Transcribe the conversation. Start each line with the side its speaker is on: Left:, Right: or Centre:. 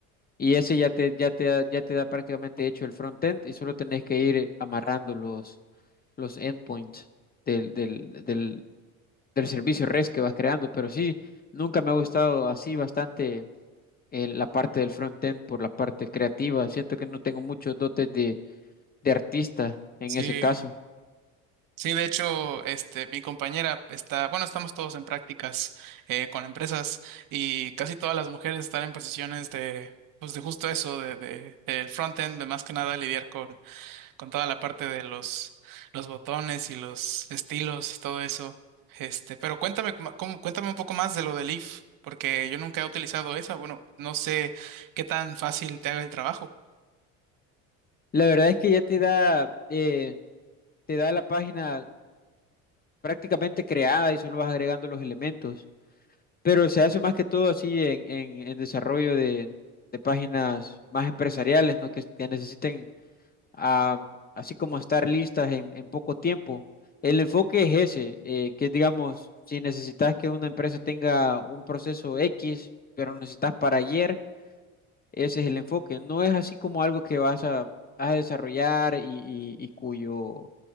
Left: y ese ya te, ya te, da- ya te da prácticamente hecho el frontend y solo tenés que ir amarrando los, los endpoints del, del, del, del servicio REST que vas creando. Pero sí, nunca me ha gustado así bastante eh, la parte del frontend por la parte creativa. Siento que no tengo muchos dotes de, de artista en
Right: Sí.
Left: ese caso.
Right: Sí, de hecho, este, mi compañera está, bueno, estamos todos en prácticas eh, con empresas y casi todas las mujeres están en posiciones de, pues de justo eso, de, de, del front-end, de más que nada lidiar con, con toda la parte de los, los botones y los estilos y todo eso. Este, pero cuéntame, ma- cómo- cuéntame un poco más de lo del if, porque yo nunca he utilizado esa. Bueno, no sé qué tan fácil te haga el trabajo.
Left: La verdad es que ya te da, eh, te da la página prácticamente creada y solo vas agregando los elementos. pero se hace más que todo así en, en, en desarrollo de, de páginas más empresariales, ¿no? Que, que necesiten ah, así como estar listas en, en poco tiempo. El enfoque es ese, eh, que digamos, si necesitas que una empresa tenga un proceso X, pero lo necesitas para ayer. Ese es el enfoque. No es así como algo que vas a, vas a desarrollar y, y- y cuyo